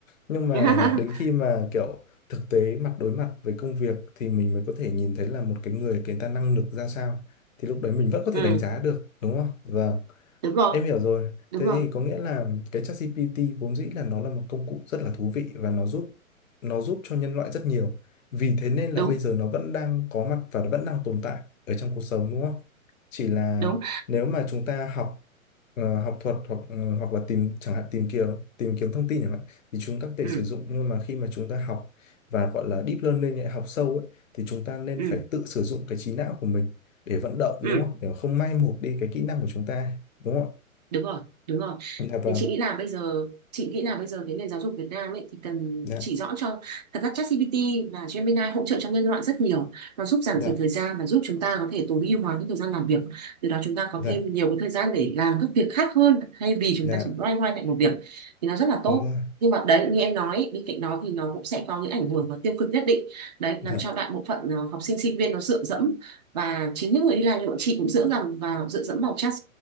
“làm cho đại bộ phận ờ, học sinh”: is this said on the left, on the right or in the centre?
Right